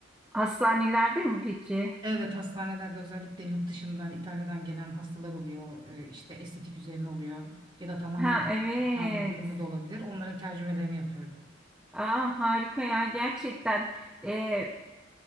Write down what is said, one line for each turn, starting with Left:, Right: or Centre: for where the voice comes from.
Centre: Hastanelerde mi peki?
Right: Evet hastanelerde özellikle yurt dışından İtalya'dan gelen hastalar oluyor. Ee, işte estetik üzerine oluyor ya da tamamen
Centre: Ha evet.
Right: sağlık durumu da olabilir. Onların tercümelerini yapıyorum.
Centre: Aa, harika ya gerçekten Ee,